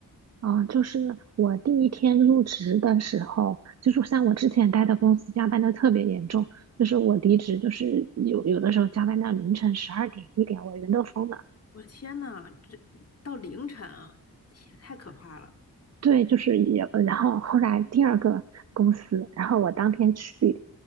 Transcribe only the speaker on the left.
我的天呐，这到凌晨啊，天，太可怕了！